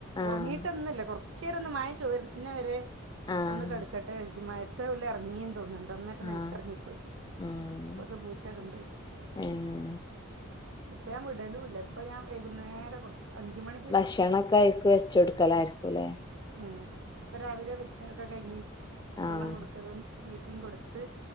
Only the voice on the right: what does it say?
ഉറങ്ങിട്ടന്നല്ല. കൊർ ചേരം ഒന്ന് മയ ചോര്ന്ന വരെ
ഒന്ന് കട്ക്കട്ടെ രാച്ച്. മഴത്ത ഓല് ഇറങ്ങിയെന്ന് തോന്നുന്നുണ്ട് ട്ടൊന്നയിട്ട്
നെൽത്തെർങ്ങിപ്പോയി.
അപ്പൊക്ക പൂച്ചടെണ്ട്
ഇപ്പൊ ഞാൻ വിടലും ഇല്ല ഇപ്പൊ ഞാൻ വൈകുന്നേരം കുറച്ച് അഞ്ച് മണി
ഉം ഇപ്പൊ രാവിലെ വ ഒക്കെ കഴിഞ്ഞി.
വെള്ളം കൊടുക്കലും തീറ്റി ഉം കൊട്ത്ത്